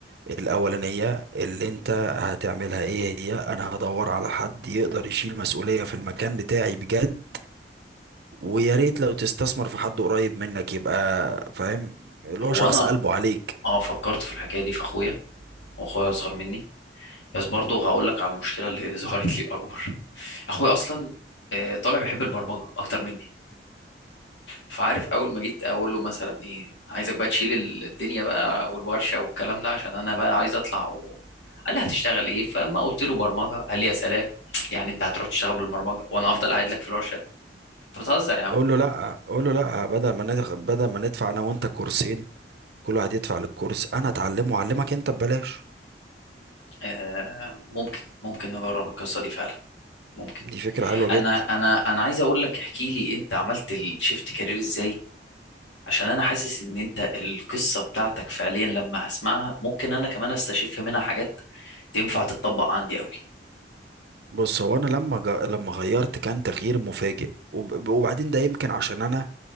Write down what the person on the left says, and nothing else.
هو
انا
اه فكرت في الحكاية دي في اخويا واخويا اصغر مني بس برضه هقول لك على المشكلة اللي <laughs> ظهرت لي اكبر اخويا اصلا آه، طالع بيحب البرمجه اكتر مني فعارف اول ما جيت اقول له مثلا ايه عايزك بقى تشيل الدنيا بقى والورشه والكلام ده عشان انا بقى عايز اطلع و... قال لي هتشتغل ايه فما قلت له برمجه قال لي يا سلام يعني انت هتروح تشتغل بالبرمجه وانا هفضل قاعد لك في الورشه انت بتهزر يا عم
آه ممكن ممكن نجرب القصه دي فعلا ممكن
انا انا انا عايز اقول لك احكي لي انت عملت الشيفت كارير ازاي عشان انا حاسس ان انت القصه بتاعتك فعليا لما هسمعها ممكن انا كمان استشف منها حاجات تنفع تتطبق عندي قوي